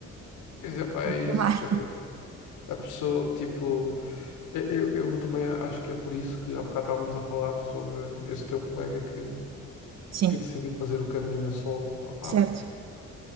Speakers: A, on the left (about 85°); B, on the right (about 60°).
A: Pois é, pá, é isso.
B: Trabalho,
A: Quer dizer, a pessoa, tipo, eu, eu eu também acho que é por isso que há bocado estávamos a falar sobre esse teu colega que,
B: sim,
A: que decidiu fazer o caminho a solo. Opá,
B: certo.